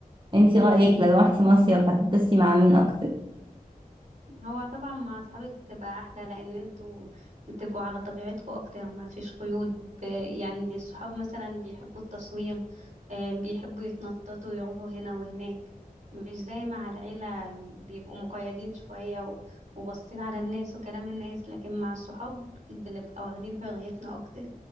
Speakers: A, on the right; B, on the right.
A: انتي رأيك لو روحتي مصيف هتتبسطي مع مين اكتر
B: هو طبعا مع اصحابك بتبقى احلى لان انتوا بتبقوا على طبيعتكم اكتر ما فيش قيود ب... يعني الصحاب مثلا بيحبوا التصوير آه، بيحبوا يتنططوا يروحوا هنا وهناك مش زي مع العيلة بيبقوا مقيدين شوية و... وباصين على الناس وكلام الناس لكن مع الصحاب بنبقى واخدين حريتنا اكتر